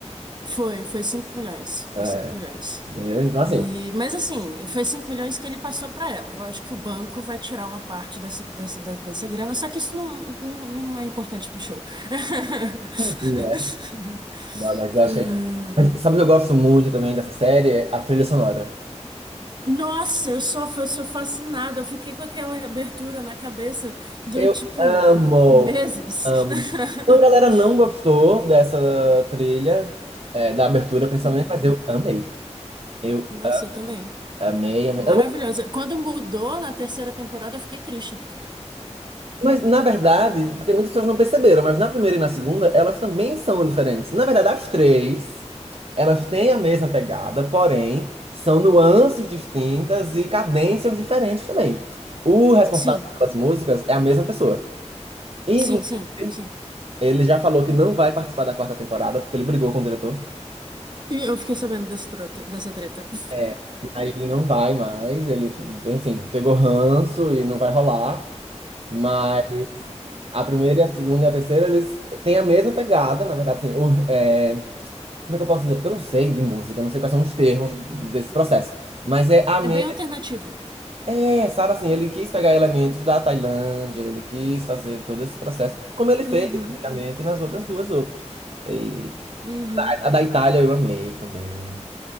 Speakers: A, on the right; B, on the right.
A: foi, foi 5 milhões.
B: É,
A: Foi 5 milhões.
B: entendeu? Então, assim,
A: E, mas assim, foi cinco milhões que ele passou para ela. Lógico que o banco vai tirar uma parte dessa, dessa, de- dessa grana, só que isso não, não, não é importante pro show. <laughs>
B: né? Não, mas eu achei.
A: Ah,
B: Mas sabe o que eu gosto muito também dessa série? É A trilha sonora.
A: Nossa, eu sou, eu sou fascinada. Eu fiquei com aquela abertura na cabeça durante,
B: Eu
A: tipo,
B: amo,
A: meses.
B: amo.
A: <laughs>
B: Uma galera não gostou dessa trilha, é, da abertura principalmente,
A: Uhum.
B: mas eu amei. Eu
A: Nossa, eu também.
B: amei, amei.
A: Maravilhosa.
B: Eu não
A: Quando mudou na terceira temporada, eu fiquei triste.
B: Mas, na verdade, porque muitas pessoas não perceberam, mas na primeira e na segunda, elas também são diferentes. Na verdade, as três, elas têm a mesma pegada, porém, são nuances distintas e cadências diferentes também. O responsável
A: Sim,
B: pelas músicas é a mesma pessoa. Inclusive,
A: sim, sim, sim.
B: ele já falou que não vai participar da quarta temporada, porque ele brigou com o diretor.
A: E eu fiquei sabendo dessa trota, dessa treta. <laughs>
B: É. Aí ele não vai mais, ele, enfim, pegou ranço e não vai rolar. Mas A primeira e a segunda e a terceira, eles têm a mesma pegada, na verdade, assim, o- é, como é que eu posso dizer? Porque eu não sei de música, eu não sei quais são os termos d- desse processo. Mas é a
A: É
B: mesma.
A: bem alternativo.
B: É, sabe assim, ele quis pegar elementos da Tailândia, ele quis fazer todo esse processo, como ele fez
A: Uhum,
B: antigamente nas outras duas outras. E
A: uhum.
B: a, a da Itália eu amei também.